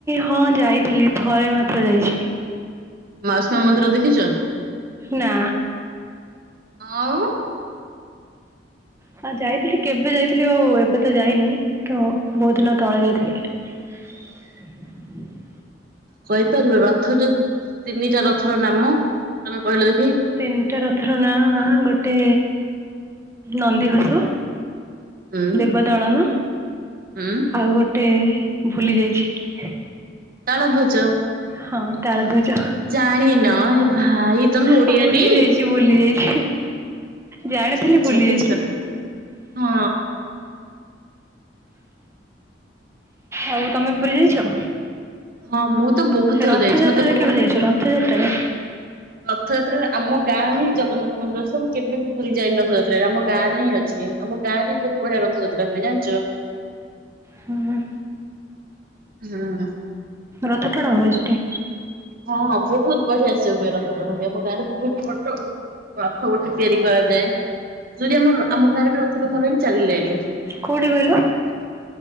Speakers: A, on the right; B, on the right.
A: ହଁ ଯାଇଥିଲି ଥରେ ମାତ୍ର ଯାଇଛି।
B: ମାଉସି ମା ମନ୍ଦିର ଦେଖିଛ?
A: ନା
B: ଆଉ
A: ଆଉ ଯାଇଥିଲି କେବେ ଯାଇଥିଲି ଆଉ ଏବେ ତ ଯାଇନି ବହୁତ ଦିନ ତଳେ ଯାଇଥିଲି। <inaudible>
B: କହିପାରିବ ରଥ ଯୋଉ ତିନିଟା ରଥର ନାମ ତମେ କହିଲ? ଦେଖି
A: ତିନିଟା ରଥର ନାଁ ଗୋଟେ ନନ୍ଦିଘୋଷ
B: ହୁଁ
A: ଦେବ ଦଳନ
B: ହୁଁ
A: ଆଉ ଗୋଟେ ଭୁଲି ଯାଇଛି।
B: ତାଳ ଧ୍ୱଜ
A: ହଁ ତାଳଧ୍ୱଜ
B: ଜାଣିନ ଏ ଭାଇ ତମେ ଓଡିଆଟି
A: ଆଉ ଭୁଲି ଯାଇଛି ଭୁଲି ଯାଇଛି ଜାଣିଥିଲି
B: ଆଚ୍ଛା ଆଚ୍ଛା
A: ଭୁଲି
B: କିଛି
A: ଯାଇଛି।
B: କଥା ହଁ
A: ଆଉ ତମେ ପୁରୀ ଯାଇଛ?
B: ହଁ ମୁଁ ତ ବହୁତ ଥର
A: ରଥଯାତ୍ରାରେ
B: ଯାଇଛି ମତେ କୁହ
A: କେବେ ଯାଇଛ ରଥଯାତ୍ରାରେ?
B: ରଥଯାତ୍ରାରେ ଆମ ଗାଁ ହିଁ ଜଗନ୍ନାଥ ମନ୍ଦିର ଅଛି ମୁଁ କେବେ ବି ପୁରୀ ଯାଇନି ରଥଯାତ୍ରାରେ ଆମ ଗାଁ ରେ ହିଁ ଅଛି। ଛି ଆମ ଗାଁରେ ବି ବହୁତ୍ ବଢିଆ ରଥଯାତ୍ରା ହୁଏ ଜାଣିଛ।
A: ହଁ
B: ହୁଁ
A: ରଥ ଟାଣା ହୁଏ ସେଠି?
B: ହଁ, ହଁ ବହୁତ ବଢିଆ ସେ <unintelligible> ଉଭ ରଖ ଆମ ଗାରେ ବହୁ ରଥ ଗୋଟେ ତିଆରି କରାଯାଏ, ଯଦି ଆମର ଆମ ଗାରେ ବି ରଥ କାମରେଣି ଚାଲିଲାଣି
A: କୋଉଠି କହିଲ?
B: <unintelligible>